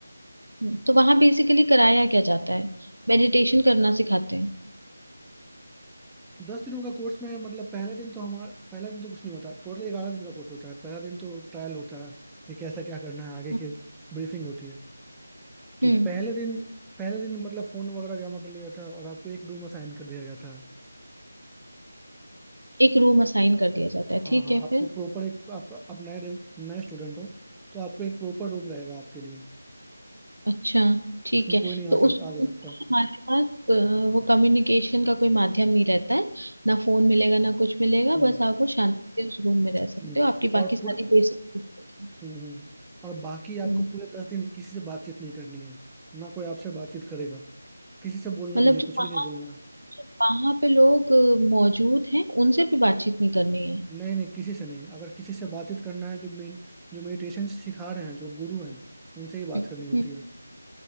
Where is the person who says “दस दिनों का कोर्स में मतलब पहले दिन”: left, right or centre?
Centre